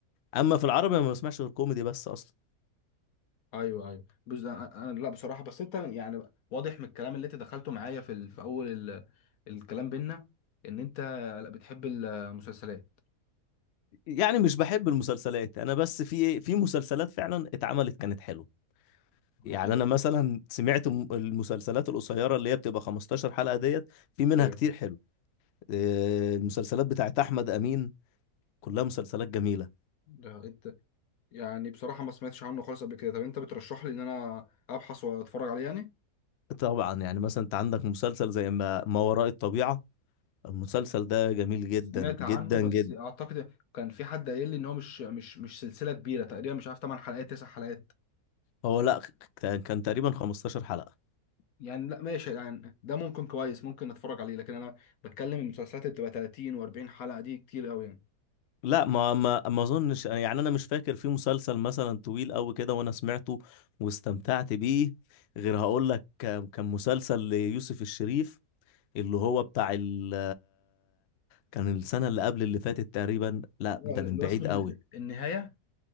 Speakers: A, on the left; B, on the left.
A: اما في العربي أنا ما بسمعش غير كوميدي بس اصلا
B: ايوه ايوه بص أنا- أنا- لا بصراحه بس انت يعني واضح من الكلام اللي انت دخلته معايا في ال... في اول ال... الكلام بينا ان انت لا بتحب المسلسلات
A: يعني مش بحب المسلسلات انا بس في إيه، في مسلسلات فعلا اتعملت كانت حلوه يعني
B: دي حقيقة
A: انا مثلا سمعت م- المسلسلات القصيره اللي هي بتبقى 15 حلقه ديت في منها
B: ايوه
A: كتير حلو آه، المسلسلات بتاعت احمد امين كلها مسلسلات جميله
B: ده انت يعني بصراحه ما سمعتش عنه خالص قبل كده طب انت بترشح لي ان انا ابحث واتفرج عليه يعني
A: طبعا يعني مثلا انت عندك مسلسل زي ما ما وراء الطبيعه المسلسل ده جميل جدا
B: سمعت
A: جدا
B: عنه بس
A: جدا
B: اعتقد كان في حد قايل لي ان هو مش مش مش سلسله كبيره تقريبا مش عارف 8 حلقات 9 حلقات
A: هو لا كان كان تقريبا 15 حلقه
B: يعني لا ماشي يعني ده ممكن كويس ممكن اتفرج عليه لكن انا بتكلم المسلسلات اللي بتبقى 30 و40 حلقه دي كتير قوي يعني
A: لا ما ما ما اظنش يعني انا مش فاكر في مسلسل مثلا طويل قوي كده وانا سمعته واستمتعت بيه غير هقول لك كان كان مسلسل ليوسف الشريف اللي هو بتاع ال كان السنة اللي قبل اللي فاتت تقريبا لا
B: هو
A: ده
B: اللي
A: من بعيد
B: هو اسمه الن-
A: قوي
B: النهاية